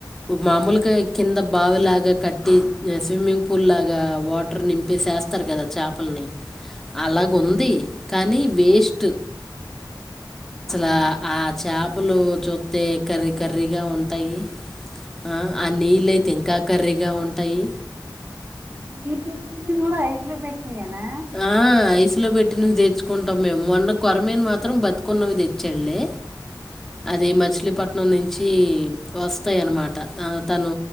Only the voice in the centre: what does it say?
మామూల్గా కింద బావిలాగ కట్టి స్విమ్మిింగ్ ఫూల్ లా ఇగా వాటర్ నింపి సేస్తర్ గదా చాపల్ని అలాగ ఉంది కానీ వేస్ట్ ఆ ఆ చాపలు చూత్తే కర్రీ కర్రీగా ఉంటాయి. ఆ ఆ నీళ్ళయితే ఇంకా కర్రీగా ఉంటాయి.
ఆ ఐసులో పెట్టినవి తెచ్చుకుంటాం మేము మొన్న కొరమేను మాత్రం బతుకున్నవి తెచ్చడ్ లే అది మచిలీపట్నం నుంచి వస్తయి అన్మా ఆ తను